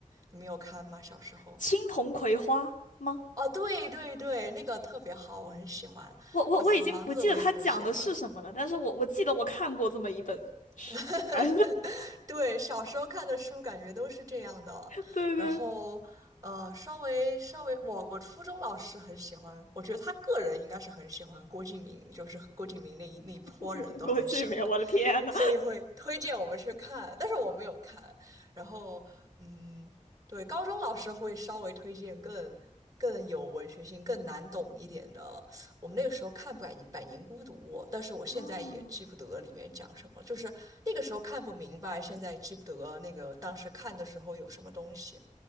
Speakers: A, on the right (about 25°); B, on the left (about 75°).
A: 你们有看吗？小时候？
B: 青铜葵花吗？
A: 哦，对对对，那个特别好，我很喜欢。还有草房子，
B: 我我我已经不记得它讲的是什么了，
A: 我也很喜欢。
B: 但是我我记得我看过这么一本书，
A: <laughs>
B: <laughs> 哎，
A: 对，小时候看的书感觉都是这样的，
B: 对对对，
A: 然后呃，稍微稍微，我我初中老师很喜欢，我觉得他个人应该是很喜欢郭敬明，就是郭敬明那一那一波人都很喜欢，
B: <laughs> 国际名，我的天呐，
A: 所以会推荐我们去看，但是我没有看。然后，嗯，对，高中老师会稍微推荐更更有文学性、更难懂一点的。我们那个时候看《百百年孤独》，但是我现在也记不得里面讲什么，
B: 啊，
A: 就是那个时候看不明白，现在记不得那个当时看的时候有什么东西，